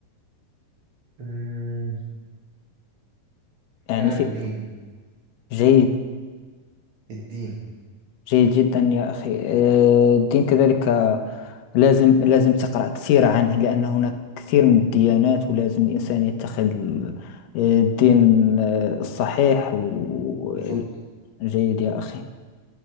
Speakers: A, on the right; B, on the left.
A: أمم،
B: يعني
A: كان عن
B: في
A: الدين
B: جيد
A: الدين
B: جيد جدا يا أخي آه، الدين كذلك آه، لازم لازم تقرأ كثير عنه لأن هناك كثير من الديانات ولازم الإنسان يتخذ ال- آه، الدين آه، الصحيح و...
A: بالظبط
B: جيد يا أخي